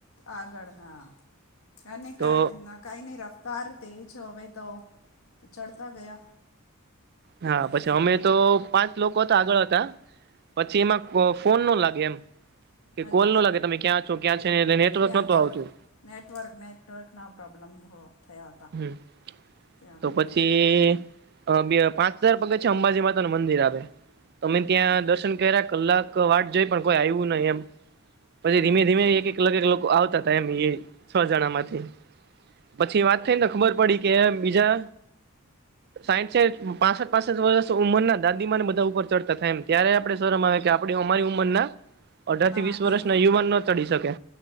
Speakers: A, on the left (about 80°); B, on the right (about 50°).
A: આગળ, હા, કહી
B: તો
A: કના. કાઈ નહી રફતાર, તેજ હોવે તો, ચડતા ગયા.
B: હા,
A: અરે
B: પછી અમે તો. પાંચ લોકો હતા, આગળ હતા, પછી એમાં ફોન નો લાગે એમ. કે
A: અજ
B: કોલ નો લાગે, તમે ક્યાં છો? ક્યાં છે ને, નેટવર્ક
A: ક્યાં
B: નોતો
A: છે
B: આવતું.
A: નેટવર્ક, નેટવર્કના પ્રોબ્લેમ થયા હતા.
B: હમ,
A: ત્યાં
B: તો
A: વખતે
B: પછી. અ બે-પાંચ હજાર પગથિયાં છે, અંબાજી માતા નું મંદિર આવે, તમે
A: હા
B: ત્યાં દર્શન કલાક વાટ જોઈ પણ કોઈ આવ્યું નહી, એમ પછી
A: હજ
B: ધીમે-ધીમે એકલોકો આવતા હતા, એમ એ છ જણા માંથી પછી વાત. એટલ ખબર પડી કે બીજા સાહીસેજ પાસઠ પાસઠ વરસ ઉંમર ના દાદીમા ને બધા ઉપર ચડતા થાય એમ ત્યારે આપડે શરમ આવે કે આ પડે અમારી ઉંમરના અઢાર
A: ના
B: થી વીસ
A: હા
B: વરસ
A: હા
B: ના યુવાન ન ચડી શકે